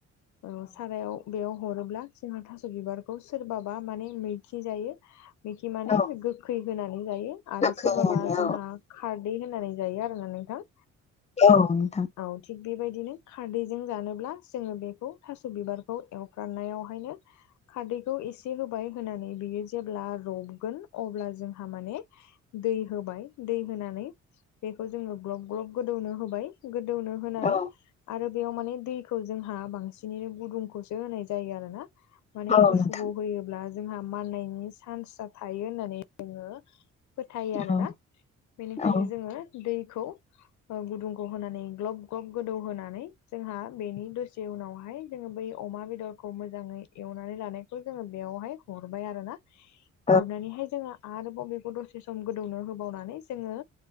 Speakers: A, on the left; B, on the left.
A: औ सारायाव बेयाव हरोब्ला जोंहा थास' बिबारखौ सोरबाबा माने मैखि जायो मैखि माने
B: औ
A: गोखै होनानै जायो आरो
B: दाख्लैहायनो
A: सोरबाबा जोंहा खारदै होनानै जायो आरोना नोंथां
B: औ नोंथां
A: औ थिग बेबायदिनो खारदैजों जानोब्ला जोङो बेखौ थास' बिबारखौ एवफ्रनायावहायनो खारदैखौ एसे होबाय होनानै बियो जेब्ला रबगोन अब्ला जोंहा माने दै होबाय दै होनानै बेखौ जोङो ग्लब ग्लब गोदौनो होबाय गोदौनो होनानै
B: औ
A: आरो बेयाव माने दैखौ जोंहा बांसिनैनो गुदुंखौसो होनाय जायो आरोना माने
B: नोंथां
A: गुसुखौ होयोब्ला जोंहा माननायनि चान्स थायो होननानै जोङो फोथायो आरोना
B: औ
A: बेनिखायनो
B: औ
A: जोङो दैखौ गुदुंखौ होनानै ग्लब - ग्लब गोदौ होनानै जोंहा बेनि दसे उनावहाय जोङो बै अमा बेदरखौ मोजाङै एवनानै लानायखौ जोङो बेयावहाय हरबाय आरो ना
B: <unintelligible>
A: हरनानैहाय जोङो आरोबावबेखौ दसे सम गोदौनो होबावनानै जोङो